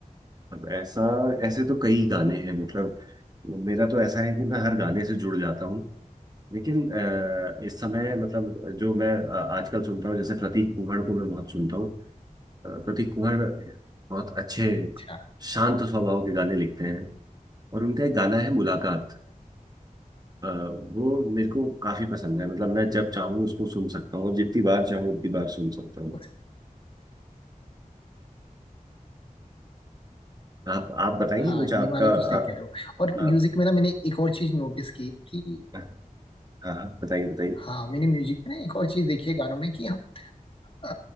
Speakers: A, on the right; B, on the left.
A: अब ऐसा ऐसे तो कई गाने हैं मतलब मेरा तो ऐसा है कि मैं हर गाने से जुड़ जाता हूँ लेकिन अ, इस समय मतलब जो मैं अ, आजकल सुनता हूँ जैसे प्रतीक कुहड़ को मैं बहुत सुनता हूँ अ, प्रतीक कुहड़ बहुत अच्छे
B: अच्छा
A: शांत स्वभाव के गाने लिखते हैं और उनका एक गाना है मुलाकात अ, वो मेरे को काफी पसंद है मतलब मैं जब चाहूँ उसको सुन सकता हूँ जितनी बार चाहूँ उतनी बार सुन सकता हूँ
B: उस-
A: आप आप बताइए
B: हाँ
A: कुछ आपका
B: ये वाला
A: आ,
B: तो सही कह रहे हो और म्यूजिक
A: आ,
B: में ना मैंने एक और चीज नोटिस की कि
A: हाँ हाँ, बताइए बताइए
B: हाँ मैंने म्यूजिक में ना एक और चीज देखी है गानों में कि हम अ,